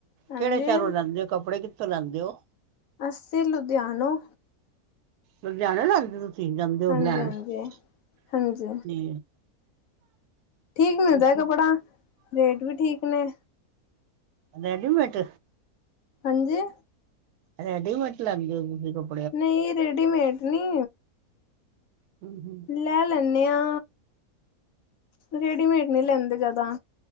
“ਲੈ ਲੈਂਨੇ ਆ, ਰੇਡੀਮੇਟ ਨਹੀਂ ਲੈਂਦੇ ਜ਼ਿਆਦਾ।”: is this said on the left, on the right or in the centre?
Left